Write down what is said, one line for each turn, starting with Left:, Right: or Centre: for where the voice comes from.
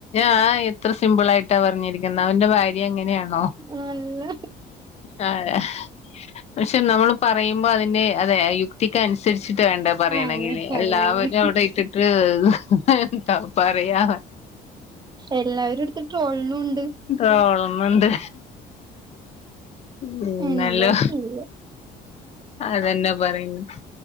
Left: ആ എത്ര സിംപിളായിട്ടാ പർഞ്ഞരിക്ക്ന്നെ അവന്റെ ഭാ ര്യ അങ്ങനെയാണോ?
Right: നല്ല
Left: ആ അതെ പക്ഷെ നമ്മള് പറയ്മ്പോ അതിന്റെ അതെ ഈ യുക്തിക്ക് അൻസരിച്ചിട്ട് വേണ്ടെ പറയണങ്കില്
Right: അതെ പറയാന്
Left: എല്ലാവരും അവടെയിട്ടിട്ട് അഹ് പറിയാ
Right: എല്ലാവരുട്ത്ത് ട്രോള്ണുണ്ട്
Left: ട്രോളുന്നുണ്ട് പിന്നല്ലോ
Right: എന്താ ചെയ്യാ
Left: അതന്നെ പറയ്ന്ന്